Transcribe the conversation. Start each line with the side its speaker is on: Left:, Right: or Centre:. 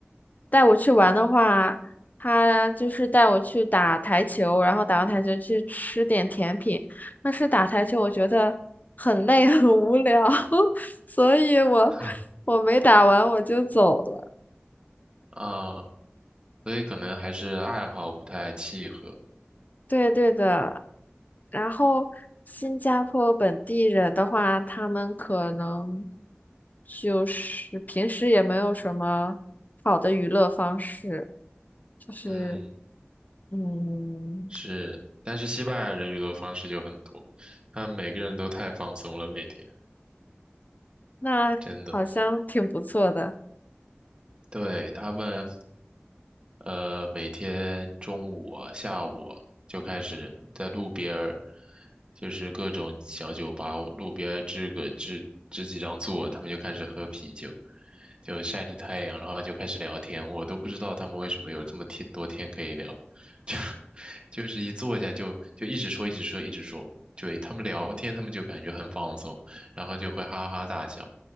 Left: 带我去玩的话，他就是带我去打台球，然后打完台球去吃点甜品。但是打台球我觉得很累很无聊，<laughs> 所以我
Right: <laughs>
Left: 我没打完我就走了。
Right: 啊，所以可能还是爱好不太契合。
Left: 对对的。然后新加坡本地人的话，他们可能就是平时也没有什么好的娱乐方式，就是
Right: 嗯，
Left: 嗯，
Right: 是，但是西班牙人娱乐方式就很多，他们每个人都太放松了，每天
Left: 那好像挺不错的。
Right: 真的。对，他们，呃，每天中午啊、下午啊，就开始在路边儿，就是各种小酒吧，路边儿支个支支几张座，他们就开始喝啤酒，就晒着太阳，然后就开始聊天。我都不知道他们为什么有这么天多天可以聊，<laughs> 就就是一坐下就就一直说，一直说，一直说。对，他们聊天，他们就感觉很放松，然后就会哈哈大笑。